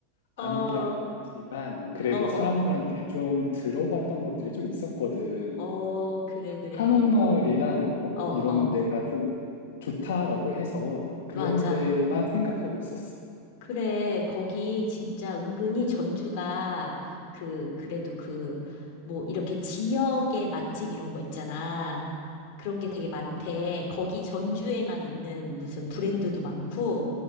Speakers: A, on the left; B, on the left.
A: 아는
B: 어, 어,
A: 게 없지만, 그래도
B: 어,
A: 사람들한테 좀 들어봤던 것들이 좀 있었거든.
B: 어, 그래, 그래.
A: 한옥마을이랑 뭐
B: 어,
A: 이런
B: 어,
A: 데가 좀 좋다라고 해서 그런
B: 맞아.
A: 데만 생각하고 있었어.
B: 그래, 거기 진짜 은근히 전주가 그, 그래도 그, 뭐, 이렇게 지역의 맛집 이런 거 있잖아. 그런 게 되게 많대. 거기 전주에만 있는 무슨 브랜드도 많고,